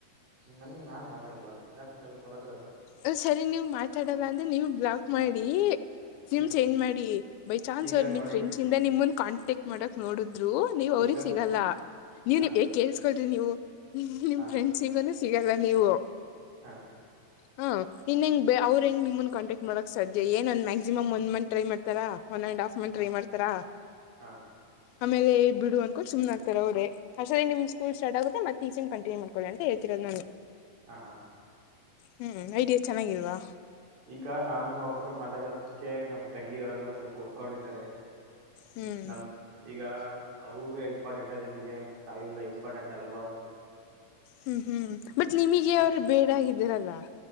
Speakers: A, on the right; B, on the left.
A: ನನಗ ನಾನ ಮಾತಾಡಲ್ಲ ಯಾಕ ಮಾತಡಬೇಕ ಅವರತ್ತರೆಲ್ಲ್
B: ಹ್ ಸರಿ ನೀವ್ ಮಾತಾಡಲ್ಲ ಅಂದ್ರೆ ನೀವ್ ಬ್ಲಾಕ್ ಮಾಡಿ ಸಿಮ್
A: ಹ್ಮ್
B: ಚೇಂಜ್ ಮಾಡಿ ಬೈ ಚಾನ್ಸ್
A: ಈಗ
B: ಅವರು
A: ನೋಡಿ
B: ನಿಮ್ ಫ್ರೆಂಡ್ಸ್ ಇಂದ ನಿಮನ್ ಕಾಂಟ್ಯಾಕ್ಟ್ ಮಾಡಕ್ ನೋಡುದ್ರು ನೀವು ಅವ್ರಿಗ
A: ಈಗ
B: ಸಿಗಲ್ಲ ನೀವ
A: ಹಾ
B: ಏ ಕೇಳಸ್ಕೊಳ್ರಿ ನೀವು ನಿಮ್
A: ಹಾ
B: ಫ್ರೆಂಡ್ ಸಿಗನು ಸಿಗಲ್ಲ ನೀವು
A: ಹಾ
B: ಹಾ ಇನ್ನ ಹೆಂಗ್ ಬ ಅವ್ರ ಹೆಂಗ ನಿಮ್ಮನ್ ಕಾಟ್ಯಾಕ್ ಮಾಡಕ್ ಸಾದ್ಯ ಏನೂಂದ ಮ್ಯಾಕ್ಸಿಮ್ ಒನ್ ಮಂತ್ ಟ್ರೈ ಮಾಡತಾರಾ ಒನ್ ಅಂಡ್ ಹಾಫ್ ಮಂತ
A: ಹಾ
B: ಟ್ರೈ ಮಾಡ್ತಾರಾ
A: ಹಾ
B: ಆಮೇಲೆ ಏ ಬಿಡು ಅನ್ಕೊಂಡು ಸುಮ್ನ ಆಗ್ತಾರ ಅವರೇ ಅಷ್ಟೂತಿಗ ನಿಮ್ ಸ್ಕೂಲ ಸ್ಟಾರ್ಟ ಆಗುತ್ತ ಮತ್ತ ಟೀಚಿಂಗ ಕಂಟಿನ್ಯೂ ಮಾಡಿಕೊಳ್ಳಿ ಅಂತ ಹೇಳತಿರದು ನಾನು
A: ಹಾ ಹಾ
B: ಹ್ಮ್ ಐಡಿಯಾ ಚೆನ್ನಾಗಿಲ್ವಾ
A: ಈಗ ನಾನು ಅವ್ರ ತಕ ಮಾತಾಡೋದಕ್ಕೆ ನಮ್ಮ್ ತಂಗಿಯವರೆಲ್ಲ ಸ್ವಲ್ಪ ಹುರ್ಕೊಂಡಿದ್ದಾರೆ
B: ಹ್ಮ್
A: ನಮ ಈಗ ಅವ್ರೆ ಇಂಪಾರ್ಟೆಂಟ್ ಆ ನಿನಿಗೆ ನಾವೆಲ್ಲ ಇಂಪಾರ್ಟೆಂಟ್ ಅಲ್ವಾ
B: ಹ್ಮ್ ಹ್ಮ್ ಬಟ್ ನಿಮಗೆ
A: ಅಂತ
B: ಅವ್ರು ಬೇಡ ಆಗಿದ್ದರಲ್ಲ